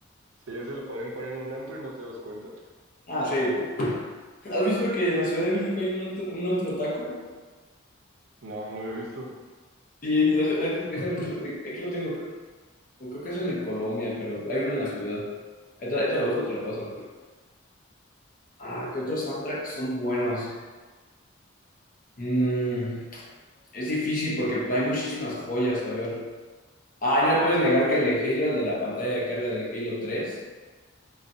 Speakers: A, on the right; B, on the left.
A: sí, ese lo podrían poner en un antro y no te das cuenta.
B: Ah, sí. ¿Has visto que en la Ciudad de México hay un antro, un antro taco?
A: No, no había visto.
B: Sí, deja- deja- déjame, de- aquí lo tengo. O creo que es en Colombia, pero hay uno en la ciudad. Esto, esto lo busco y te lo paso. Ah, ¿qué otros soundtracks son buenos? Mm, es difícil porque hay muchísimas joyas, a ver. Ah, no me puedes negar que el de Halo, el de la pantalla de carga del Halo tres,